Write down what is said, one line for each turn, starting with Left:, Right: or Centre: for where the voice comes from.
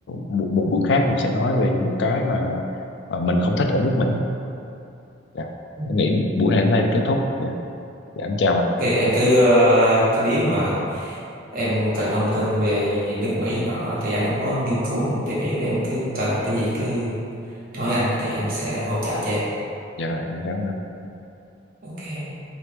Left: một, một buổi khác mình sẽ nói về những cái mà ờ, mình không thích ở nước Mỹ dạ.
Right: ok
Left: em nghĩ buổi này đến đây thì kết thúc dạ, dạ em chào anh
Right: ok em cứ ờ, cái nếu mà em cần thông tin về nước Mỹ nọ thì anh cũng có nghiên cứu cũng tìm hiểu em cứ cần thông tin gì cứ nói anh thì anh sẽ hỗ trợ cho em
Left: dạ rồi em chào anh
Right: ok